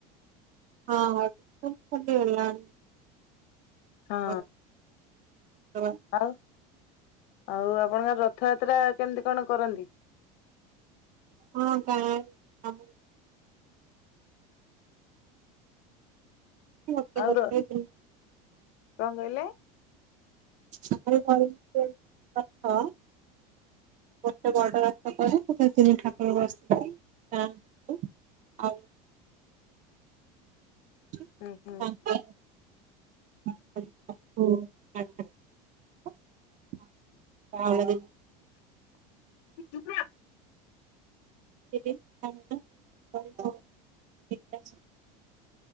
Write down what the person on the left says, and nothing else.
ହଁ
ଆଉ, ଆଉ ଆପଣଙ୍କ ରଥଯାତ୍ରା କେମିତି କଣ କରନ୍ତି?
ଆଉ ର କଣ କହିଲେ?
ହୁଁ ହୁଁ
<unintelligible>